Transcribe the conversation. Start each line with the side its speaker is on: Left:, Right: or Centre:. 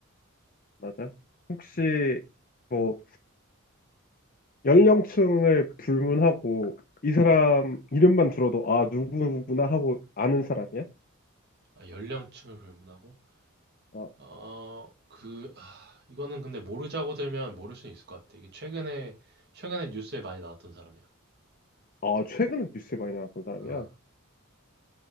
Left: 맞아. 혹시
Right: 음.
Left: 뭐 연령층을 불문하고 이 사람 이름만 들어도 아 누구구나 하고 아는 사람이야?
Right: 아, 연령층을 불문하고?
Left: 아,
Right: 어, 그, 아, 이거는 근데 모르자고 들면 모를 수 있을 것 같아. 이게 최근에, 최근에 뉴스에 많이 나왔던 사람이야.
Left: 아 최근에 뉴스에 많이 나왔던 사람이야?
Right: 어.